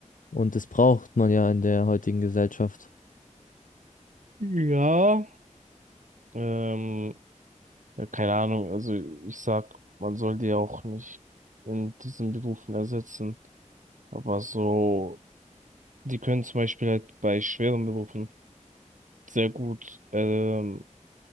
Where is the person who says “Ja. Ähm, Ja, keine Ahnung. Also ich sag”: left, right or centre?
Right